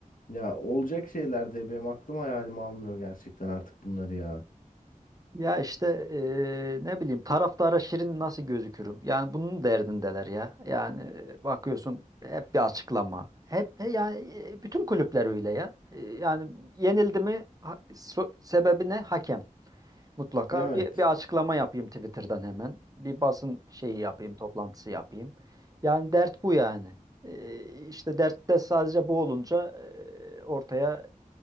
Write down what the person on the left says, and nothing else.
Ya olacak şeyler de benim aklım hayalim almıyor gerçekten artık bunları ya.
Evet.